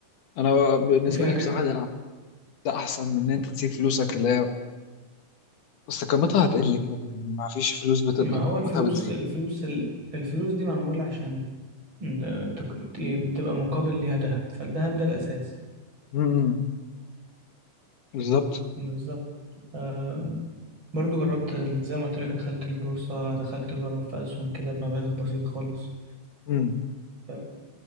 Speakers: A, on the left; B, on the right.
A: انا بالنسبه
B: وفي حاجات
A: لي بصراحه ده ده احسن من ان انت تسيب فلوسك اللي هي بس قيمتها هتقل كده كده يعني ما فيش فلوس بت...
B: ما
A: يعني
B: هو الفلوس
A: قيمتها بتزيد
B: الفلوس ال- الفلوس دي معمولة عشان إن تك- ت- تبقى مقابل ليها دهب فالدهب ده الأساس
A: امم بالظبط
B: بالظبط آم، برضو جربت ال- زي ما قلت لك دخلت البورصة دخلت أجرب في أسهم كده بمبالغ بسيطة خالص
A: امم
B: آم،